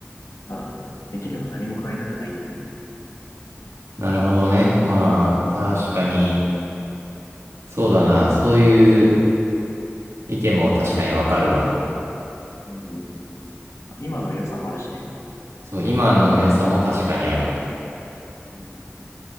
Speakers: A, on the left; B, on the right.
A: まあ、できれば何も変えたくないんだよね。
B: なるほどね。まあ、確かに、そうだな。そういう意見も確かにわかるわ。
A: うん。今の良さもあるしね。
B: そう、今の良さも確かにある。
A: うん。